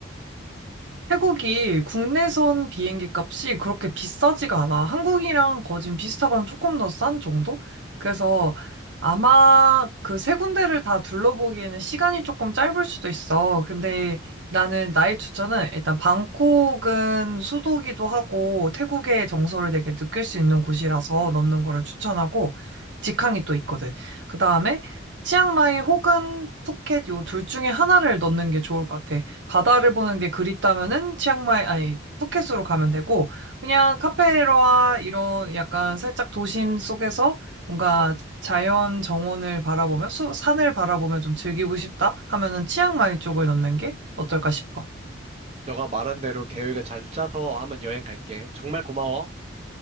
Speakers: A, on the right; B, on the right.
A: 태국이 국내선 비행기 값이 그렇게 비싸지가 않아. 한국이랑 거의 지금 비슷하거나 조금 더 싼 정도? 그래서 아마 그 세 군데를 다 둘러보기에는 시간이 조금 짧을 수도 있어. 근데 나는 나의 추천은 일단 방콕은 수도기도 하고 태국의 정서를 되게 느낄 수 있는 곳이라서 넣는 거를 추천하고 직항이 또 있거든. 그 다음에 치앙마이 혹은 푸켓 요 둘 중에 하나를 넣는 게 좋을 것 같아. 바다를 보는 게 그립다면은 치앙마이 아니 푸켓으로 가면 되고 그냥 카페라 이런 약간 살짝 도심 속에서 뭔가 자연 정원을 바라보며 수 산을 바라보며 좀 즐기고 싶다 하면은 치앙마이 쪽을 넣는 게 어떨까 싶어.
B: 너가 말한 대로 계획을 잘 짜서 한번 여행 갈게. 정말 고마워.